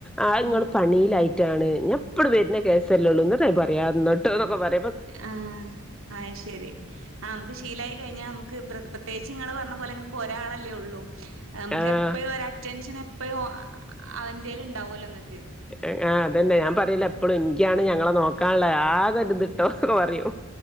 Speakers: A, in the centre; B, on the right.
A: ആ ഇങ്ങള്
B: ഉം
A: പണിയിലായി ട്ടാണ് ഞാ പ്പടും വരുന്ന കേസല്ലേ ഒള്ളൂ ന്നിട്ട് ഞാ പറയാ ന്നിട്ട് <unintelligible>
B: ആഹ് അയ് ശരി ആ നമുക്ക് ശീലായി കഴിഞ്ഞാ നമുക്ക് പ്രെ പ്രത്യേകിച്ച് നിങ്ങള് പറഞ്ഞ പോലെ നിങ്ങൾക്ക് ഒ രാളല്ലേ ഒള്ളൂ നമുക്ക്
A: ആഹ്
B: എപ്പഴും ഒരു അറ്റൻഷൻ എ പ്പഴും അവരന്റേൽ ഉണ്ടാവുമല്ലോ നിങ്ങ
A: ഏ ആ അതെന്നെ ഞാൻ പറയില്ലെ എപ്പോഴും എങ്കിയാണ് ഞങ്ങളെ നോ ക്കാള്ളെ ആക ഇതിട്ടോ പറയും